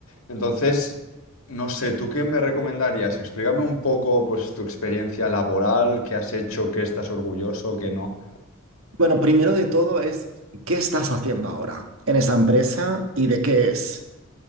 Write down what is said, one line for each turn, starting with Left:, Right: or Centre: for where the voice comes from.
Left: Entonces, no sé, ¿tú qué me recomendarías? Explícame un poco, pues, tu experiencia laboral, qué has hecho, qué estás orgulloso, qué no.
Right: Bueno, primero de todo es, ¿qué estás haciendo ahora en esa empresa y de qué es?